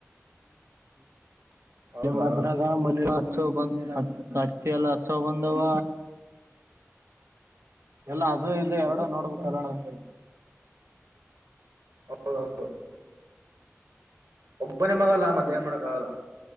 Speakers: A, on the right (about 80°); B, on the right (about 60°).
A: ಹೌದಾ
B: <inaudible> ಮಾತ್ರ ಮ ಹಚ್ಚ ಬಂದ್ ಅತ್ತ ಎಲ್ಲ ಹಚ್ಚ ಬಂದವ ಎಲ್ಲ ಅದು ಇದು ಎರಡು ನೋಡ್ಬೇಕು ಅಲ್ಲೋಣ ಅಂತ ಹೇಳಿ
A: ಹೌದ ಹೌದು <inaudible> ಒಬ್ಬನೇ ಮಗಲ್ಲ ಮತ್ತೆ ಏ ಮಾಡೋಕ್ಕಾಗಲ್ಲ